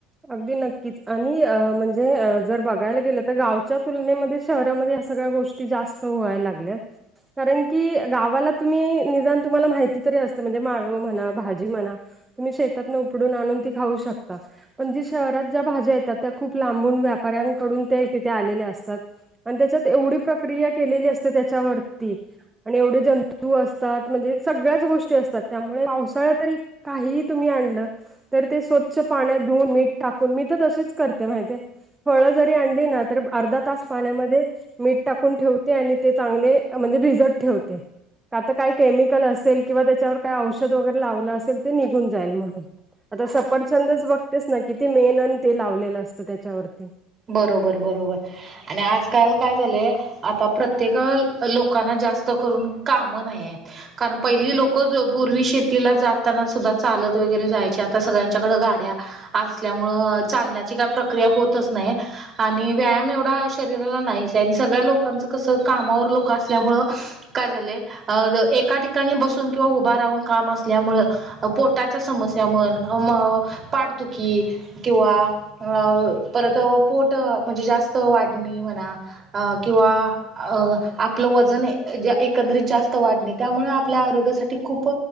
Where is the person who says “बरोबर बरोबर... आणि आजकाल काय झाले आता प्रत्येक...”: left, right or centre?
Right